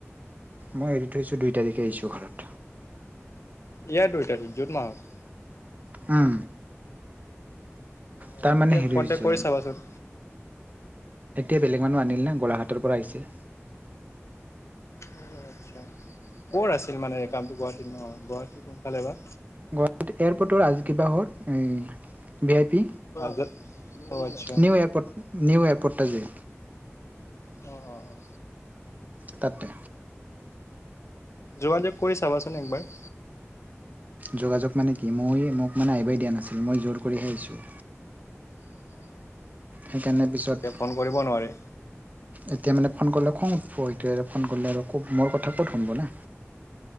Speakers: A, on the right; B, on the left.
A: মই এৰি থৈছোঁ দুই তাৰিখে আহিছোঁ ঘৰত।
B: ইয়াৰ দুই তাৰিখ জুন মাহৰ?
A: উম।
B: অ',
A: তাৰ মানে
B: এতিয়া
A: হেৰি
B: কণ্টেক্ট
A: হৈছে
B: কৰি চাবাচোন।
A: এতিয়া বেলেগ মানুহ আনিল নে গলাঘাটৰ পৰা আহিছে।
B: অ', আচ্ছা ক'ৰ আছিল মানে এই কামটো গুৱাহাটীত ন? গুৱাহাটীত কোনফালে বা
A: গুৱাহাটী এয়াৰপৰ্টৰ আজি কিবা হ'ল এই ভি আই পি
B: <unintelligible> অ', আচ্ছা।
A: নিউ এয়াৰপৰ্ট নিউ এয়াৰপৰ্টটা যে।
B: অ', অ',।
A: তাতে।
B: যোগাযোগ কৰি চাবাচোন একবাৰ।
A: যোগাযোগ মানে কি, মই মোক মানে আহিবাই দিয়া নাছিল মই জোৰ কৰিহে আহিছোঁ।
B: <unintelligible>
A: সেইকাৰণে পিছত
B: এতিয়া ফোন কৰিব নোৱাৰে
A: এতিয়া মানে ফোন কৰিলে খং উঠব। এতিয়া ফোন কৰিলে আৰু ক' মোৰ কথা ক'ত শুনব না।